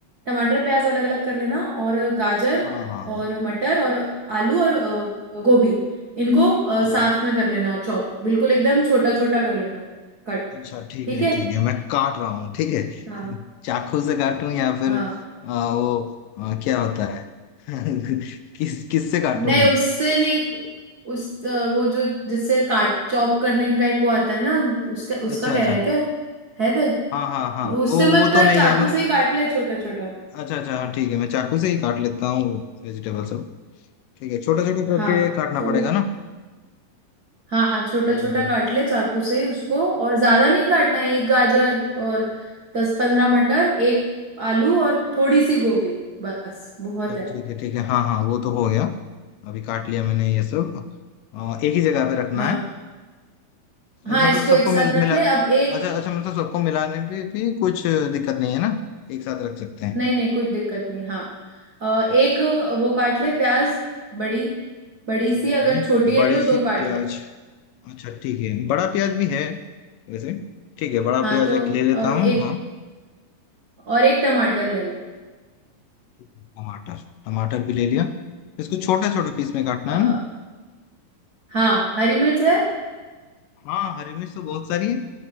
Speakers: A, on the right (about 35°); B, on the left (about 75°).
A: टमाटर प्याज अलग अलग कर लेना और गाजर
B: हाँ हाँ हाँ
A: और मटर और आलू और अ, गोभी इनको अ,
B: ठीक
A: साथ
B: है ठीक
A: में कर लेना चॉप बिल्कुल एकदम छोटा छोटा कर लेना कट
B: है अच्छा ठीक
A: ठीक
B: है
A: है
B: ठीक है मैं काट रहा हूँ ठीक है
A: हाँ
B: <laughs> चाकू से काटूं या फिर
A: हाँ
B: आ, वो आ, क्या होता है <laughs> किस किससे काटूं
A: नहीं
B: मैं
A: उससे नहीं उस अ, वो जो जिससे काट चॉप करने का एक वो आता है ना उसका
B: अच्छा
A: उसका कह
B: अच्छा
A: रहा है क्या है दे
B: हाँ हाँ हाँ
A: उससे
B: वो
A: मत
B: वो
A: कर
B: तो नहीं
A: चाकू
B: है मतलब
A: से ही काट ले छोटा छोटा
B: अच्छा अच्छा हाँ ठीक है मैं चाकू से ही काट लेता हूँ वेजिटेबल सब ठीक है छोटा छोटा करके
A: हाँ
B: काटना
A: तो
B: पड़ेगा ना
A: हाँ छोटा
B: ठीक
A: छोटा
B: है
A: काट ले चाकू से ही उसको और ज्यादा नहीं काटना है एक गाजर और दस पंद्रह मटर एक आलू और थोड़ी सी गोभी बस बहुत
B: तो
A: है
B: ठीक है ठीक है हाँ हाँ वो तो हो गया अभी काट लिया मैंने ये सब अ, एक ही जगह पे रखना
A: हाँ
B: है
A: हाँ
B: और मतलब
A: इसको
B: सबको
A: एक साथ
B: मिला
A: रख
B: मिला
A: ले अब एक
B: अच्छा अच्छा मतलब सबको मिलाने पे भी कुछ दिक्कत नहीं है ना एक साथ रख सकते हैं
A: नहीं नहीं कुछ दिक्कत नहीं हाँ अ,
B: ठीक
A: एक
B: है
A: वो काट ले प्याज बड़ी बड़ी
B: ठीक
A: सी अगर
B: है
A: छोटी है
B: बड़ी
A: तो दो
B: सी
A: काट
B: प्याज
A: ले
B: अच्छा ठीक है बड़ा प्याज भी है वैसे ठीक है बड़ा
A: हाँ
B: प्याज
A: तो
B: एक ले लेता
A: अ, एक
B: हूँ हाँ
A: और एक टमाटर ले ले
B: ठीक है, टमाटर टमाटर भी ले लिया इसको छोटे छोटे पीस में काटना
A: अ,
B: है ना
A: हाँ हरी मिर्च है
B: हाँ हरी मिर्च तो बहुत सारी है